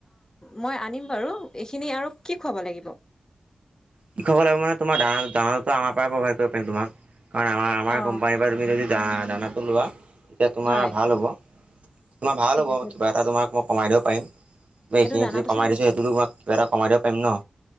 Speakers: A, on the left (about 25°); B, on the right (about 60°).
A: মই আ আনিম বাৰু এইখিনি আৰু। কি খোৱাব লাগিব।
B: কৃষকসকলে মানে তোমাৰ দানাটো আমাৰ পৰাই পাবা কৰিব পাৰিম তোমাক কাৰণ আমাৰ আমাৰ
A: অ
B: কোম্পানীৰ পৰা তুমি যদি। দানা দানাটো লোৱা তেতিয়া তোমাৰ
A: হয়
B: ভাল হ'ব তোমাৰ ভাল
A: ঠিক
B: হ'ব
A: আছে
B: কিবা এটা তোমাৰ। মই কমাই দিব পাৰিম বা এইখিনি
A: এইটো দানাটো
B: যদি কমাই
A: চাগে
B: দিছোঁ সেইটোতো মই কিবা এটা কমাই দিব পাৰিম ন।